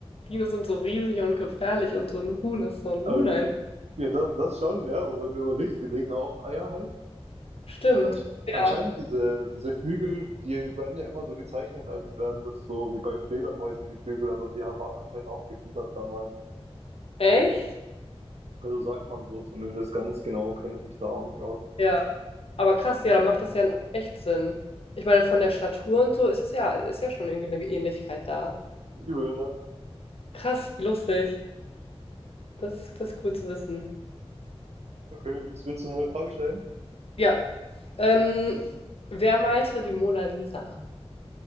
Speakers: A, on the left; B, on the right.
A: Dinos sind so riesig und gefährlich und so ein Huhn ist so ein
B: Aber,
A: Huhn einfach.
B: ja, das, das schon, ja. Aber wenn du überlegst, die legen auch Eier halt.
A: Stimmt.
B: Und dann
A: Ja.
B: anscheinend diese, diese Flügel, die werden ja immer so gezeichnet, als wären das so wie bei Fledermäusen die Flügel, aber die waren anscheinend auch gefiedert damals.
A: Echt?
B: Also sagt man so zumindest ganz genau, kenne ich mich da auch nicht aus.
A: Ja, aber krass, ja, dann macht das ja echt Sinn. Ich meine, von der Statur und so ist es ja, ist ja schon irgendwie eine Ähnlichkeit da.
B: Übel, ne?
A: Krass, wie lustig. Das, das ist cool zu wissen.
B: Okay, willst, willst du mir eine Frage stellen?
A: Ja, ähm, wer malte die Mona Lisa?